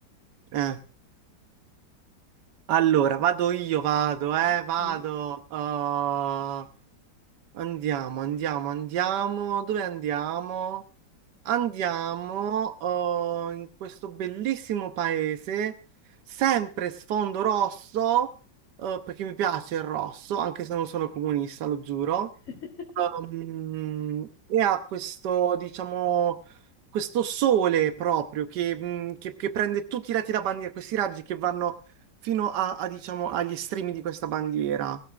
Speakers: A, on the right; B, on the left.
A: Eh. Allora, vado io, vado, eh,
B: Mm,
A: vado.
B: mm.
A: Uh, andiamo, andiamo, andiamo. Dove andiamo? Andiamo uh, in questo bellissimo paese, sempre sfondo rosso, uh, perché mi piace il rosso, anche se non sono comunista, lo giuro.
B: <laughs>
A: Um, e ha questo, diciamo, questo sole proprio che, mh, che- che prende tutti i lati da bandiera, questi raggi che vanno fino a, a, diciamo, agli estremi di questa bandiera.